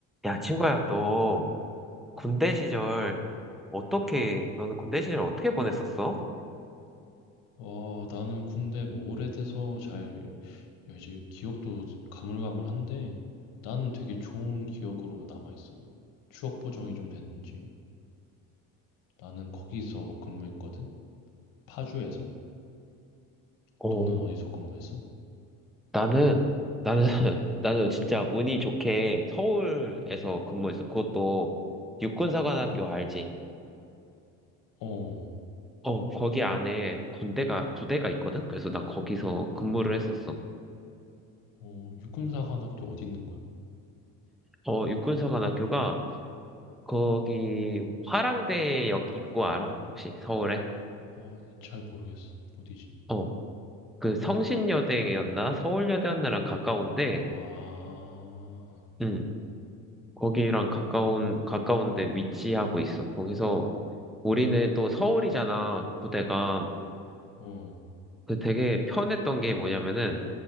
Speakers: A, in the centre; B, on the left.
A: 야, 친구야, 너 군대 시절 어떻게, 너는 군대 시절 어떻게 보냈었어?
B: 와, 나는 근데 뭐 오래돼서 잘, 야, 이제 기억도 가물가물한데, 나는 되게 좋은 기억으로 남아있어. 추억 보정이 좀 됐는지. 나는 거기서 근무했거든? 파주에서?
A: 어,
B: 너는 어디서 근무했어?
A: 나는, 나는, <laughs>
B: 어,
A: 나는 진짜 운이 좋게 서울에서
B: 음,
A: 근무했어. 그것도 육군사관학교
B: 어,
A: 알지?
B: 어,
A: 어, 거기 안에 군대가, 부대가 있거든? 그래서 난 거기서 근무를 했었어.
B: 어, 육군사관학교 어디 있는 거야?
A: 어, 육군사관학교가 거기 화랑대역 입구 알아? 혹시 서울에?
B: 어, 잘 모르겠어. 어디지?
A: 어, 그 성신여대였나? 서울여대였나랑 가까운데,
B: 아, 어,
A: 음, 거기랑 가까운, 가까운데 위치하고 있어. 거기서 우리는 또 서울이잖아, 부대가.
B: 어,
A: 그 되게 편했던 게 뭐냐면은,